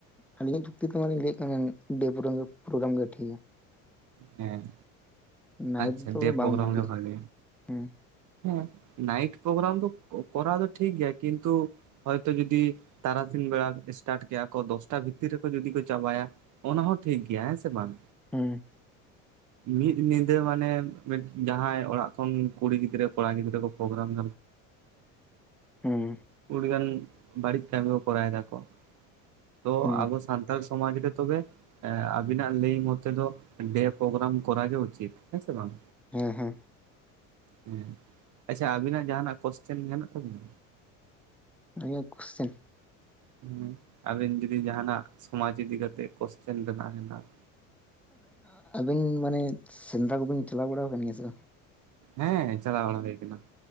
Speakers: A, in the centre; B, on the right (about 50°).
A: ᱟᱹᱞᱤᱧᱟᱜ ᱡᱩᱠᱛᱤ ᱛᱮᱢᱟᱞᱤᱧ ᱞᱟᱹᱭᱮᱫ ᱠᱟᱱ ᱰᱮ ᱯᱨᱳᱜ ᱯᱨᱳᱜᱨᱟᱢ ᱜᱮ ᱴᱷᱤᱠ ᱜᱮᱭᱟ
B: ᱦᱮᱸ
A: ᱱᱟᱭᱤᱴ
B: ᱟᱪᱪᱷᱟ
A: ᱫᱚ
B: ᱰᱮ
A: ᱵᱟᱝ
B: ᱯᱨᱳᱜᱨᱟᱢ
A: ᱵᱷᱟᱞᱤᱭᱟ
B: ᱜᱮ ᱵᱷᱟᱜᱮᱭᱟ
A: ᱦᱮᱸ
B: ᱦᱮᱸ ᱱᱟᱭᱤᱴ ᱯᱨᱳᱜᱨᱟᱢ ᱫᱚ ᱠᱚᱨᱟᱣ ᱫᱚ ᱴᱷᱤᱠ ᱜᱮᱭᱟ ᱠᱤᱱᱛᱩ ᱦᱚᱭᱛᱳ ᱡᱩᱫᱤ ᱛᱟᱨᱟᱥᱤᱱ ᱵᱮᱲᱟ ᱮᱴᱟᱴ ᱠᱮᱭᱟ ᱠᱚ ᱫᱚᱥᱴᱟ ᱵᱷᱤᱛᱤᱨ ᱨᱮᱠᱚ ᱡᱩᱫᱤ ᱠᱚ ᱪᱟᱵᱟᱭᱟ ᱚᱱᱟ ᱦᱚᱸ ᱴᱷᱤᱠ ᱜᱮᱭᱟ ᱦᱮᱸ ᱥᱮ ᱵᱟᱝ
A: ᱦᱮᱸ
B: ᱢᱤᱫ ᱧᱤᱫᱟᱹ ᱢᱟᱱᱮ ᱡᱟᱦᱟᱸᱭ ᱚᱲᱟᱜ ᱠᱷᱚᱱ ᱠᱩᱲᱤ ᱜᱤᱫᱽᱨᱟᱹ ᱠᱚᱲᱟ ᱜᱤᱫᱽᱨ ᱠᱚ ᱯᱨᱳᱜᱨᱟᱢ <unintelligible>
A: ᱦᱩᱸ
B: ᱠᱚ ᱜᱟᱱ ᱵᱟᱹᱲᱤᱡ ᱠᱟᱹᱢᱤ ᱠᱚ ᱠᱚᱨᱟᱣ ᱫᱟᱠᱚ ᱛᱚ
A: ᱦᱩᱸ
B: ᱟᱵᱚ ᱥᱟᱱᱛᱟᱲ ᱥᱚᱢᱟᱡᱽ ᱨᱮ ᱛᱚᱵᱮ ᱮ ᱟᱵᱤᱱᱟᱜ ᱞᱟᱹᱭ ᱢᱚᱛ ᱫᱚ ᱰᱮ ᱯᱨᱳᱜᱨᱟᱢ ᱠᱚᱨᱟᱣ ᱜᱮ ᱩᱪᱤᱛ ᱦᱮᱸ ᱥᱮ ᱵᱟᱝ
A: ᱦᱮᱸ ᱦᱮᱸ
B: ᱦᱮᱸ ᱟᱪᱪᱷᱟ ᱟᱵᱤᱱᱟᱜ ᱡᱟᱦᱟᱸᱟᱱᱟᱜ ᱠᱚᱥᱪᱮᱱ ᱢᱮᱱᱟᱜ ᱛᱟᱵᱤᱱᱟ
A: ᱱᱤᱭᱟᱹ ᱠᱩᱥᱪᱮᱱ
B: ᱦᱮ ᱟᱵᱮᱱ ᱡᱩᱫᱤ ᱡᱟᱦᱟᱱᱟᱜ ᱥᱚᱢᱟᱡᱽ ᱤᱫᱤ ᱠᱟᱛᱮ ᱠᱚᱥᱪᱮᱱ ᱨᱮᱱᱟᱜ ᱦᱮᱱᱟᱜ
A: <unintelligible> ᱟᱵᱤᱱ ᱢᱟᱱᱮ ᱥᱮᱫᱽᱨᱟ ᱠᱚᱵᱤᱱ ᱪᱟᱞᱟᱣ ᱵᱟᱲᱟ ᱟᱠᱟᱱ ᱜᱮᱭᱟ ᱥᱮ
B: ᱦᱮᱸ ᱪᱟᱞᱟᱣ ᱵᱟᱲᱟ ᱦᱩᱭ ᱠᱟᱱᱟ